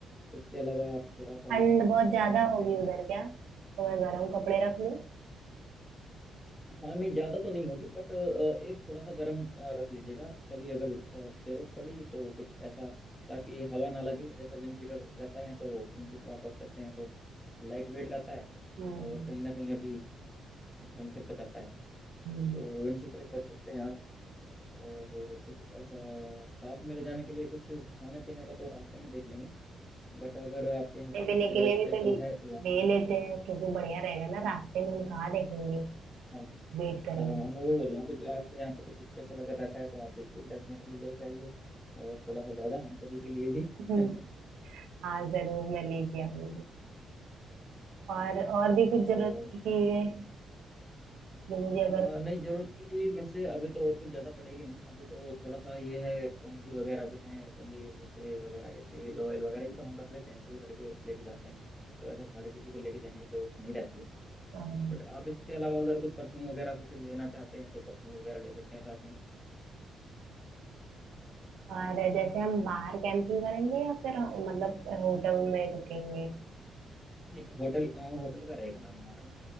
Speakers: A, on the left; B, on the right.
A: उसके अलावा आप थोड़ा सा
B: ठंड बहुत
A: क्या
B: ज्यादा
A: कर सकते
B: होगी
A: हैं
B: उधर क्या तो मैं गर्म कपड़े रख लूँ
A: हाँ नहीं ज्यादा तो नहीं होगी बट एक थोड़ा सा गर्म अ, रख लीजिएगा कभी अगर अ, जरूरत पड़ी तो कुछ ऐसा ताकि हवा ना लगे जैसा विंड शीटर रहता है तो विंड शीटर आप रख सकते हैं तो लाइट वेट रहता है
B: हम्म
A: और कहीं ना कहीं अभी ठंड से बचाता है
B: हम्म।
A: तो विंड शीटर एक रख सकते हैं आप और कुछ ऐसा साथ में ले जाने के लिए कुछ खाने पीने का तो रास्ते में देख लेंगे बट अगर आपके यहाँ पे
B: खाने
A: कुछ
B: पीने के लिए
A: स्पेशल
B: भी तो ले
A: है तो
B: ले लेते हैं क्योंकि बढ़िया रहेगा ना रास्ते में हम कहाँ देखेंगे
A: हाँ
B: वेट करेंगे
A: हाँ हाँ मैं वही बोल रहा हूँ कुछ आपके यहाँ पे कुछ स्पेशल अगर रहता है तो आप बिल्कुल डेफिनेटली लेके आइए और थोड़ा सा ज़्यादा हम सभी के लिए भी
B: हम्म,
A: <laughs>
B: हाँ जरूर मैं लेके आऊंगी और और भी कुछ
A: और
B: जरूरत की चीजें जो मुझे अगर
A: अ, नहीं ज़रूरत के लिए वैसे अभी तो और कुछ ज़्यादा पड़ेगी नहीं अभी तो थोड़ा सा ये है कंघी वगैरह जो है कंघी शीशे वगैरह ये तेल ऑयल वगैरह ये तो हम रख लेते हैं सभी लड़के लेके जाते हैं तो ऐसा हर किसी को लेके जाने की ज़रूरत तो नहीं रहती है
B: हाँ
A: बट आप इसके अलावा अगर कुछ परफ्यूम वगैरह कुछ लेना चाहते हैं तो परफ्यूम वगैरह ले सकते हैं साथ में
B: और जैसे हम बाहर कैंपिंग करेंगे या फिर हम- मतलब होटल में रुकेंगे
A: नहीं होटल अ, होटल का रहेगा मैम हमारा